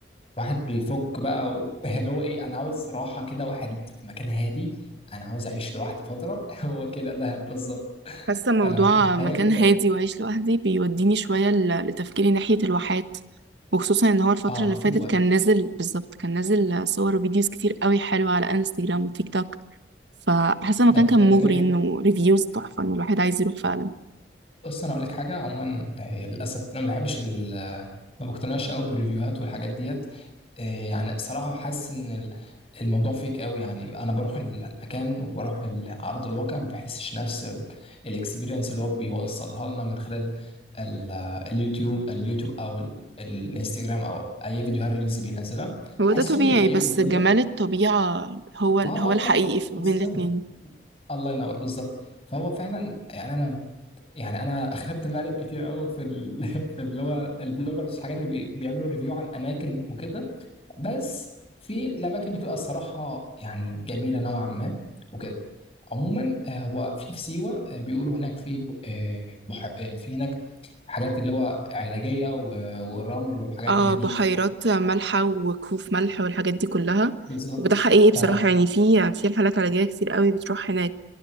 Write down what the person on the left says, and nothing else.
واحد بيفك بقى و- <laughs> اللي هو ايه انا عاوز راحه كده واحد في مكان هادي انا عاوز اعيش لوحدي فتره <laughs> هو كده دهب بالظبط
آه فهي
كده
اه
سيوه
ده
ده
جميل جدا
بص انا اقول لك حاجه عموما هي للاسف انا ما بحبش ال ما بقتنعش قوي بالريفيوهات والحاجات ديت إيه يعني صراحه حاسس ان ال- الموضوع فيك قوي يعني انا بروح المكان وبروح ال- ارض الواقع ما بحسش نفس الاكسبيرينس اللي هو بيوصلها لنا من خلال ال- اليوتيوب اليوتيوب او ال- الانستجرام او اي فيديوهات ريلز بينزلها
بحسهم
بيفيكوا
الدنيا
اه
اه اه
بالظبط
الله ينور بالظبط فهو فعلا يعني انا يعني انا <laughs> اخدت مقلب كتير قوي في ال... <laughs> في اللي هو البلوجرز الحاجات اللي بي... بيعملوا ريفيو على الاماكن وكده بس في الاماكن بتبقى الصراحه يعني جميله نوعا ما وكده عموما آه، هو في في سيوه آه، بيقولوا هناك في ب... آه، بح... آه، في هناك حاجات اللي هو علاجيه و... والرمل وحاجات
من دي
بالظبط
ف